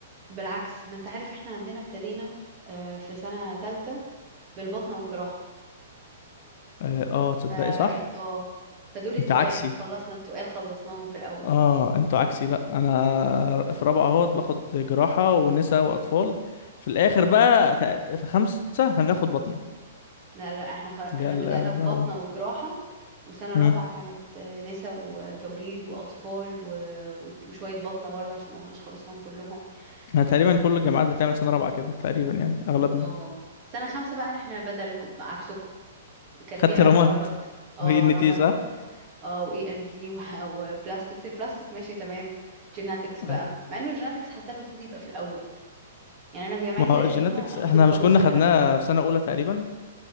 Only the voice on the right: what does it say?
بالعكس ما انت عارف احنا عندنا ابتدينا آه، في سنة تالتة بالبطنة والجراحة
فبقت
اه فدول التقال
احنا خلصنا التقال خلصناهم في الاول
لا لا احنا خ... احنا
بدأنا
ببطنة
وجراحة وسنة
رابعة كانت آه، نسا وتوليد وأطفال و... وت- وشوية بطنة برضه عشان ما كناش خلصناهم كلهم
و...
اه سنة خمسة بقى احنا بدلكم عكسكم كان فيها
رمد
اه
رمد
اه واي ان دي وبلاستكس البلاستيك <laughs> ماشي تمام جيناتكس بقى
مع انه الجيناتكس حاسه المفروض يبقى في الاول يعني انا في جامعتي
القديمه
انا
كنت مخلصه
جيناتكس